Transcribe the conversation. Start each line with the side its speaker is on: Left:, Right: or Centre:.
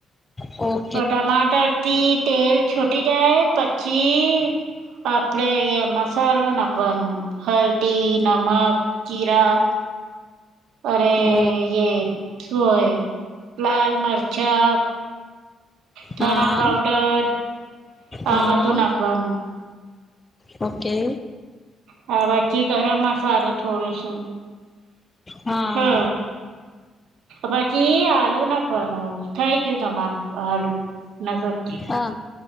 Left: ઓ.
Right: ટમાટરથી તેલ છૂટી જાય પછી આપણે અહીંયા મસાલો નાખવાનું હળદી નમક જીરા. અરે
Left: ઓ
Right: યે શું યે લાલ મરચાં ધણા
Left: હા
Right: પાવડર આ
Left: હા
Right: બધું નાખવાનું.
Left: ઓકે.
Right: હ પછી ગરમ મસાલો થોડું શું
Left: હા
Right: હમ. પછી આલુ નાખવાનું થઈ ગયું તમારું આલુ ના સબ
Left: હા